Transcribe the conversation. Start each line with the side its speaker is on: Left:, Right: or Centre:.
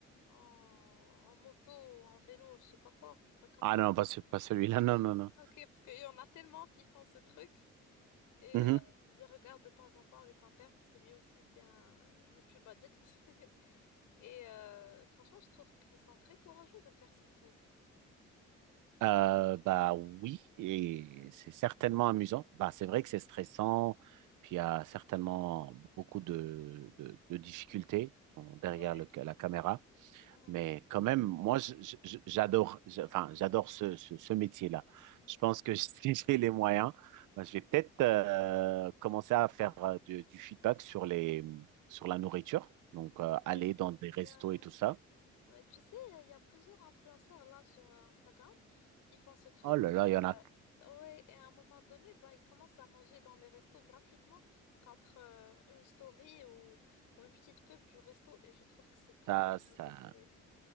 Left: en, en moto ou en vélo, je sais pas quoi, un truc comme
Right: ah
Left: ça,
Right: non, pas, ce- pas celui-là, <laughs> non, non, non.
Left: non? Ok, parce qu'il y en a tellement qui font ce truc et
Right: Mhm.
Left: euh, je les regarde de temps en temps avec mon père parce que lui aussi c'est un YouTube addict. <laughs> Et euh, franchement, je trouve qu'ils sont très courageux de faire ce truc.
Right: Euh, bah oui, et c'est certainement amusant. Bah, c'est vrai que c'est stressant, puis il y a certainement beaucoup de, de, de difficultés bon, derrière
Left: Ouais.
Right: le- la caméra.
Left: Ouais,
Right: Mais
Left: trop.
Right: quand même, moi, j'adore, enfin, j'adore ce, ce, ce métier-là. Je pense que <laughs> si j'ai les moyens, ben, je vais peut-être euh, commencer à faire euh, du, du feedback sur les, sur la nourriture. Donc, euh,
Left: Ouais,
Right: aller
Left: c'est
Right: dans
Left: trop
Right: des restos
Left: bien.
Right: et tout ça.
Left: Ouais, tu sais, il y a plusieurs influenceurs là sur Instagram. Ils font ce truc
Right: Oh là
Left: et,
Right: là, il y en a.
Left: euh, ouais, et à un moment donné, bah, ils commencent à manger dans les restos gratuitement contre euh, une story ou, ou une petite pub du resto. Et je trouve que c'est trop
Right: Ça, ça.
Left: bien ce truc.